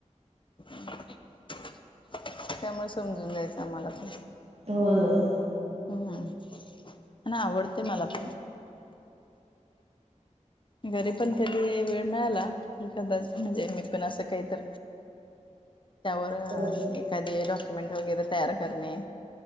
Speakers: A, on the left; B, on the right.
A: <unintelligible> त्यामुळे समजून जायचं आम्हाला पण
B: होय होय.
A: हम्म हम्म. आणि आवडतय मला पण घरी पण कधी वेळ मिळाला तर कदाचित म्हणजे मी पण असं काहीतर त्यावर
B: करत बसतात
A: एखादे डॉक्युमेंट वगैरे तयार करणे